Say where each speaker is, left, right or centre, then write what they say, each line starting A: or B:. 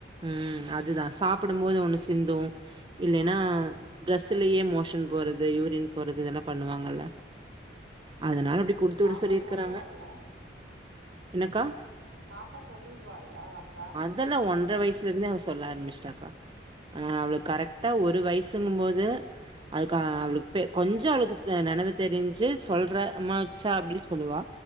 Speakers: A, on the right; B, on the right.
A: ம் அதுதா சாப்பிடும்போது ஒண்ணு சிந்து இல்லைனா
B: ஆமா
A: ட்ரெஸுலயே மோஷன் போறது யூரின் போறது இதெல்லா பண்ணுவாங்கல்ல
B: ஆ
A: அதனால அப்டி குடுத்து
B: பாப்பா
A: விட சொல்லிருக்கறாங்க
B: சொல்லுவால்ல
A: என்னக்கா
B: பாப்பா சொல்லிருவால்ல வந்தா
A: அதெல்லா ஒன்ர வய்சுலருந்தே அவ சொல்ல ஆரம்பிச்ட்டாக்கா ஆ
B: சேரி
A: அவ்ளுக்
B: சேரி
A: கரெக்டா ஒரு வயசுங்கம்போது அதுக்கா
B: ஆ
A: அவ்ளு பே கொஞ்சொ அவளுக்கு நெனவு தெரிஞ்சு சொல்ற அம்மா உச்சா அப்டின் சொல்வா